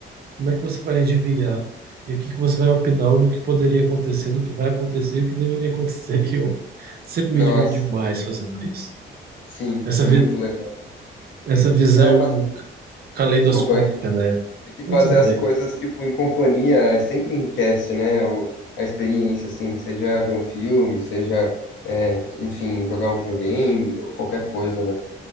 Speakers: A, on the right; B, on the left.
A: Como é que você vai adivinhar? E o que que você vai opinar no que poderia acontecer, no que vai acontecer e o que deveria acontecer? <laughs> E eu sempre me
B: Nossa,
A: divirto demais fazendo isso.
B: sim,
A: Essa,
B: muito
A: vi-
B: legal.
A: essa visão
B: É, pas-
A: c- caleidoscópica,
B: desculpa, é que
A: né?
B: É que
A: Então,
B: fazer
A: tudo
B: as
A: bem.
B: coisas, tipo, em companhia é, sempre enriquece, né? O, a experiência, assim, seja ver um filme, seja, é, enfim, jogar um videogame ou qualquer coisa, né?